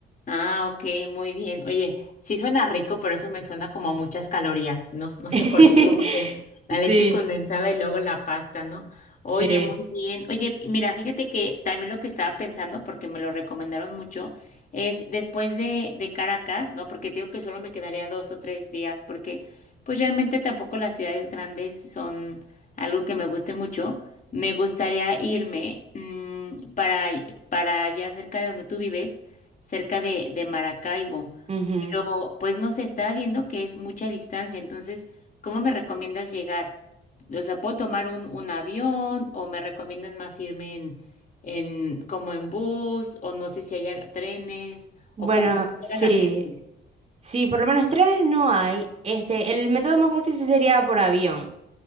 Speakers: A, on the left; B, on the right.
A: Ah, ok, muy bien. Oye, sí suena rico, pero eso me suena como a muchas calorías, ¿no? No sé
B: <laughs>
A: por qué, como que la leche
B: Sí.
A: condensada y luego la pasta, ¿no? Oye,
B: Sí.
A: muy bien. Oye, y mira, fíjate que también lo que estaba pensando, porque me lo recomendaron mucho, es después de, de Caracas, ¿no? Porque te digo que solo me quedaría dos o tres días, porque pues realmente tampoco las ciudades grandes son algo que me guste mucho. Me gustaría irme mm, para, para allá cerca de donde tú vives cerca de, de Maracaibo,
B: Ujú.
A: pero pues no se está viendo que es mucha distancia, entonces, ¿cómo me recomiendas llegar? O sea, ¿puedo tomar un, un avión o me recomiendas más irme en, en como en bus o no sé si haya trenes
B: Bueno,
A: o cómo, cómo
B: sí,
A: llega la gente?
B: sí, por lo menos trenes no hay. Este, el método más fácil sí sería por avión.